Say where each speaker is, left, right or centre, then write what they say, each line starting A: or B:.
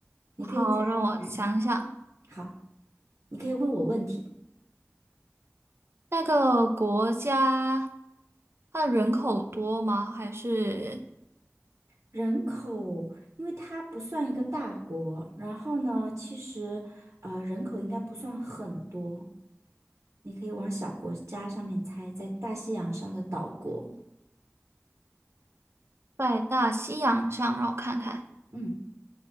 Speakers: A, on the right; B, on the right.
A: 你可以猜一猜。
B: 好，让我想想，
A: 好，你可以问我问题。
B: 那个国家，它的人口多吗？还是
A: 人口，因为它不算一个大国，然后呢，其实呃人口应该不算很多，你可以往小国家上面猜，在大西洋上的岛国。
B: 在大西洋上？让我看看，
A: 嗯